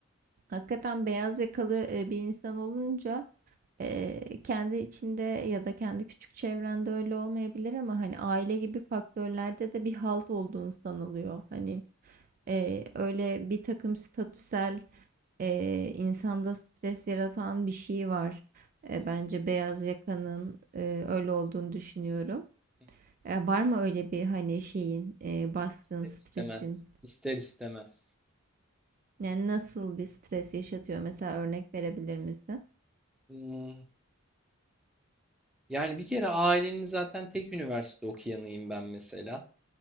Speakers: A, on the right; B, in the centre.
A: Hakikaten beyaz yakalı e, bir insan olunca e, kendi içinde ya da kendi küçük çevrende öyle olmayabilir ama hani aile gibi faktörlerde de bir halt olduğunu sanılıyor. Hani
B: hı
A: e, öyle bir takım statüsel e, insanda stres yaratan bir şey var. E,
B: hı, hı
A: bence beyaz yakanın e, öyle olduğunu düşünüyorum.
B: hı.
A: E, var mı öyle bir hani şeyin e, baskın
B: ister
A: stresin?
B: istemez, ister istemez.
A: Yani nasıl bir stres yaşatıyor? Mesela örnek verebilir misin?
B: Hmm, Yani bir kere ailenin zaten tek üniversite okuyanıyım ben mesela.